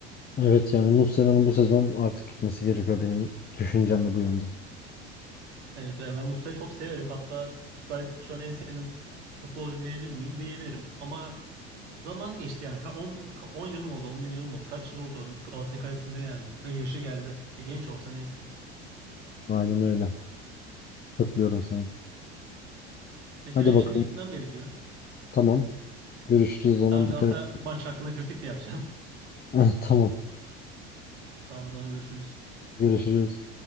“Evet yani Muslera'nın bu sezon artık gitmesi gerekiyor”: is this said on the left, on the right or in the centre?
Left